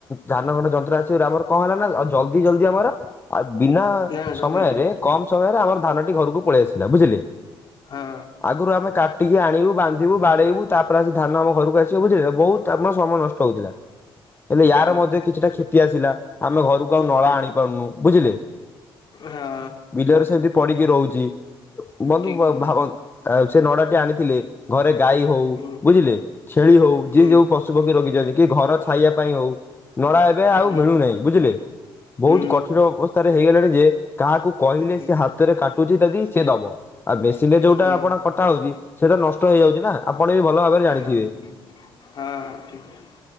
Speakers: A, on the left; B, on the left.
A: ଧାନ କଟା ଯନ୍ତ୍ର ଆସିଵା ରୁ ଆମର କଣ ହେଲା ନା ଆଉ ଜଲଦି ଜଲଦି ଆମର ଆଉ ବିନା
B: ନା ନା ସବୁ
A: ସମୟରେ
B: କାଟିଆ
A: କମ ସମୟରେ ଆମର ଧାନଟି ଘରକୁ ପଳେଇ ଆସିଲା ବୁଝିଲେ
B: ହଁ
A: ଆଗରୁ ଆମେ କାଟିକି ଆଣିବୁ ବାନ୍ଧିବୁ ବାଡେଇବୁ ତାପରେ ଆସିକି ଧାନ ଆମ ଘରକୁ ଆସିବ ବୁଝିଲେ ବହୁତ ଆମ ସମୟ ନଷ୍ଟ ହଉଥିଲା। ହେଲେ ୟାର
B: ହଁ
A: ମଧ୍ୟ କିଛିଟା କ୍ଷତି ଆସିଲା ଆମେ ଘରକୁ ଆଉ ନଡା
B: ହୁଁ
A: ଆଣି ପାରୁନୁ ବୁଝିଲେ?
B: ହଁ।
A: ବିଲରେ ସେମତି ପଡିକି ରହୁଛି ବନ୍ଧୁ
B: ଠିକ କଥା
A: ଭାବନ୍ତୁ? ଆଉ ସେ ନଡାଟି ଆଣିଥିଲେ ଘରେ ଗାଈ ହଉ
B: ହୁଁ
A: ବୁଝିଲେ ଛେଳି ହଉ
B: ହୁଁ
A: ଯିଏ ଯୋଉ ପଶୁ ପକ୍ଷୀ
B: ହୁଁ
A: ରଖିଛନ୍ତି କି ଘର ଛାଇବା ପାଇଁ ହଉ ନଡା ଏବେ ଆଉ
B: ହୁଁ।
A: ମିଳୁନାହିଁ ବୁଝିଲେ ବହୁତ
B: ହୁଁ
A: କଠିନ ଅବସ୍ଥାରେ ହେଇଗଲାଣି ଯେ କାହାକୁ କହିଲେ
B: ହୁଁ
A: ସେ ହାତରେ କାଟୁଛି ଯଦି ସିଏ ଦବ ଆ ମେସିନରେ ଆଉ ଯୋଉଟା
B: ହୁଁ
A: ଆପଣ କଟା ହଉଛି ସେଟା ନଷ୍ଟ ହେଇଯାଉଛି ନା ଆପଣ ବି ଭଲ ଭାବରେ ଜାଣିଥିବେ।
B: ହଁ ହଁ।